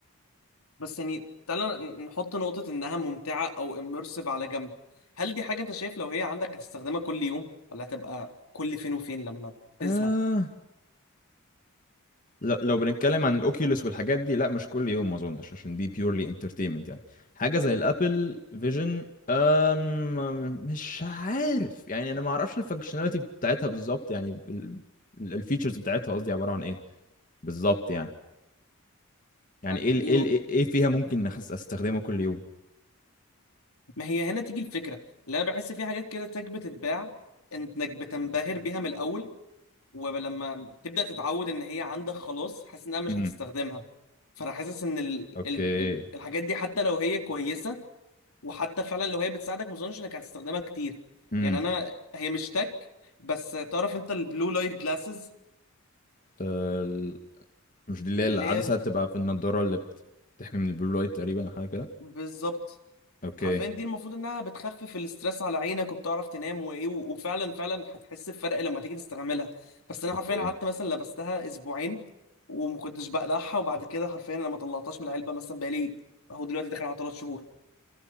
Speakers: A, on the left (about 80°); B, on the left (about 35°).
A: بس يعني تعالى ن- نحط نقطة إنها ممتعة أو immersive على جنب هل دي حاجة أنت شايف لو هي عندك هتستخدمها كل يوم ولا هتبقى كل فين وفين لما تزهق
B: آه ل- لو بنتكلم عن الاوكيوليس والحاجات دي لا مش كل يوم ما اظنش عشان دي بيورلي انترتينمنت يعني حاجه زي الابل فيجن أم مش عارف يعني انا ما اعرفش الفانكشناليتي بتاعتها بالظبط يعني الفيتشرز بتاعتها قصدي عباره عن ايه بالظبط يعني يعني
A: أنا
B: ايه ال-
A: نقطة
B: ايه ال- ايه إيه فيها ممكن أحس- استخدمه كل يوم
A: ما هي هنا تيجي الفكرة اللي أنا بحس في حاجات كده تك بتتباع إنك بتنبهر بيها من الأول ولما تبدأ تتعود إن هي عندك خلاص حاسس إنها مش
B: امم
A: هتستخدمها فأنا حاسس إن ال...
B: اوكي
A: ال... ال... الحاجات دي حتى لو هي كويسة وحتى فعلا لو هي بتساعدك ما اظنش انك هتستخدمها كتير
B: امم
A: يعني انا هي مش تك بس تعرف انت البلو لايت جلاسز
B: ال- مش دي اللي هي
A: اللي
B: العدسه
A: هي
B: بتبقى في النضاره اللي بتحمي من البلو لايت تقريبا او حاجه كده
A: بالظبط
B: اوكي
A: حرفيا دي المفروض انها بتخفف الاسترس على عينك وبتعرف تنام وايه و- وفعلا فعلا هتحس بفرق لما تيجي تستعملها بس انا
B: اوكي
A: حرفيا قعدت مثلا لبستها اسبوعين وما كنتش بقلعها وبعد كده حرفيا انا ما طلعتهاش من العلبه مثلا بقالي اهو دلوقتي داخل على ثلاث شهور